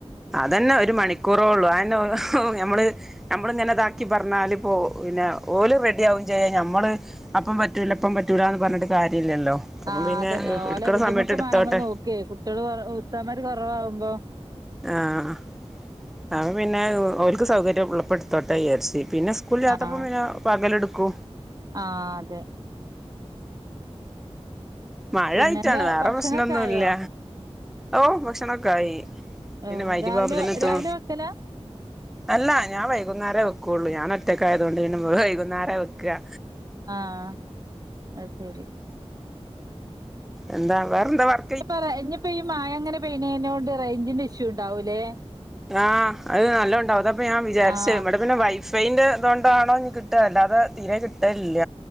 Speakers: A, in the centre; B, on the right (about 35°).
A: അതെന്ന ഒരു മണിക്കൂറേ ഒള്ളൂ ഞമ്മള് നമ്മള് ഇങ്ങനെതാക്കി പറഞ്ഞാല് ഇപ്പോ പിന്നെ ഓലും റെഡിയാവും ചെയ്യും നമ്മള് അപ്പം പറ്റൂല ഇപ്പം പറ്റൂലന്ന് പറഞ്ഞിട്ട് കാര്യല്ലല്ലോ അപ്പം
B: ആഹ്
A: പിന്നെ
B: അതന്നെ ഓല
A: ഇട്ക്ക്ണ
B: ബുദ്ധിമുട്ട്
A: സമയത്ത് ഇട്ത്തോട്ടെ
B: നമ്മള് നോക്കിയേ കുട്ടികള് ഉസ്താദ്ന്മാർ കൊറവാകുമ്പോ
A: ആഹ് അപ്പം പിന്നെ ഓല്ക്ക് സൗകര്യം ഉളപ്പടുത്തോട്ടെന്ന് വിചാരിച്ച് പിന്നെ സ്കൂളിലാത്തപ്പം
B: ആഹ്
A: പിന്നെ പകലെടുക്കു
B: ആഹ് അതെ
A: മഴ
B: പിന്നെന്താ
A: ആയിറ്റാണ് വേറെ
B: ഭക്ഷണൊക്കെ
A: പ്രശ്നൊന്നുല്ല
B: ആയോ
A: ഓഹ് ഭക്ഷണൊക്കായി പിന്നെ
B: ഓ,
A: <unintelligible>
B: രാവിലെ
A: നേത്തു
B: രാവിലെ വെക്കലാ
A: അല്ല ഞാൻ വൈകുന്നേരം വെക്കുള്ളു ഞാൻ ഒറ്റക്കയതുകൊണ്ട് വൈകുന്നേര വെക്കാ
B: ആഹ് അത് ശെരി
A: എന്താ വേറെന്താ വർ
B: പറ ഇനിപ്പ ഈ മഴ അങ്ങനെ പെയണേനോണ്ട് റേഞ്ചിന്റെ ഇഷ്യൂ ഇണ്ടാവൂലേ
A: ആഹ് അത് നല്ലോണ്ടാവും അതാപ്പോ ഞാൻ വിചാരിച്ചേ
B: ആഹ്
A: ഇവടെ പിന്നെ വൈഫൈന്റെ ഇതൊണ്ടാണോ ഇനി കിട്ടുകാ അല്ലാതെ തീരെെ കിട്ടലില്ല